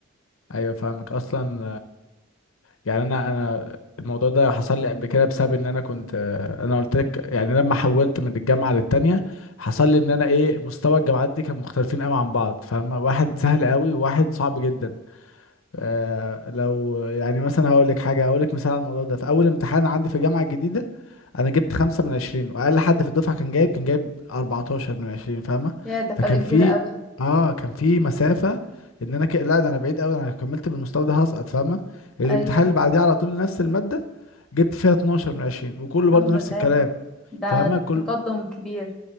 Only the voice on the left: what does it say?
ايوه فاهمك اصلا يعني انا انا الموضوع ده حصل لي قبل كده بسبب ان انا كنت آه، انا قلت لك يعني لما حولت من الجامعه للتانيه حصل لي ان انا ايه مستوى الجامعات دي كان مختلفين قوي عن بعض فاهم واحد سهل قوي وواحد صعب جدا آه، لو يعني مثلا هقول لك حاجه هقول لك مثال على الموضوع ده في اول امتحان عندي في الجامعه الجديده انا جبت خمسة من عشرين واقل حد في الدفعه كان جايب كان جايب 14 من عشرين فاهمه
فكان
في
اه كان في مسافه ان انا ك... لا ده انا بعيد قوي انا لو كملت بالمستوى ده هسقط فاهمه الامتحان
اللي بعديه على طول نفس الماده جبت فيها 12 من عشرين وكله
برضو نفس
الكلام
فاهمه كل